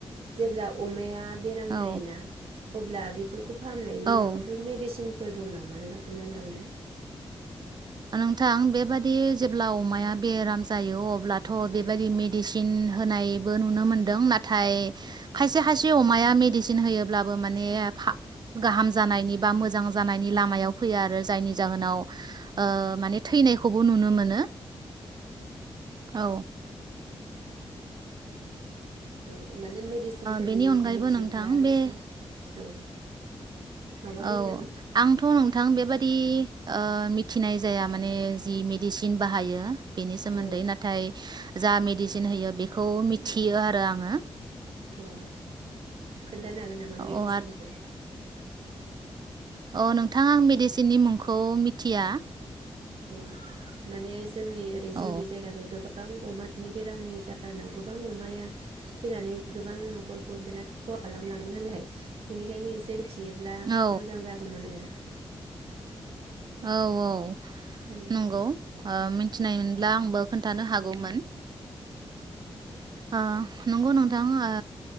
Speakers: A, on the right; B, on the right.
A: जेब्ला अमाया बेराम
B: औ
A: जायोना अब्ला बेफोरखौ फाहामनायनि
B: औ
A: माबाफोर मेदिसिन फोर दं नामा नोंहा खिन्थानो हागोन ना
B: नोंथां बेबादि जेब्ला अमाया बेराम जायो अब्ला थ'बेबायदि
A: औ
B: मेदिसिन सिन होनायबो नुनो मोनदों नाथाय खायसे खायसे अमाया मेडिसिन होयोब्लाबो माने फा-गाहाम जानायनि बा मोजां जानायनि लामायाव फैया आरो जायनि जाहोनाव ओ माने थैनायखौबो नुनो मोनो औ
A: औ माने मेडिसिनफोरनि
B: बेनि
A: मुंखौ
B: अनगायैबो
A: मिथियोब्ला
B: नोंथां बे
A: एसे औ माबा बुंनो
B: औ आंथ' नोंथां बेबादि ओ मिथिनाय जाया माने जि मेडिसिन बाहायो बेनि सोमोन्दै
A: औ
B: नाथाय जा मेडिसिन होयो बेखौ मिथियो आरो आङो
A: अ खोन्थानो हागोन नामा
B: औ
A: मेडिसिनखौ
B: अ' नोंथां आं मेडिसिननि मुंखौ मिथिया
A: अ माने जोंनि ओरै
B: औ
A: जोंनि जायगाखै गोबां अमानि बेरामनि जाहोनाव गोबां अमाया थैनानै गोबां नखरखौ बिराद खहा खालामलाङो नालाय बेनिखायनो एसे मिथियोब्ला
B: औ
A: मोजां जागौमोन आरो
B: औ औ
A: उम
B: नंगौ ओ मिथिनायमोनब्ला आंबो खोन्थानो हागौमोन ओ नंगौ नोंथां ओ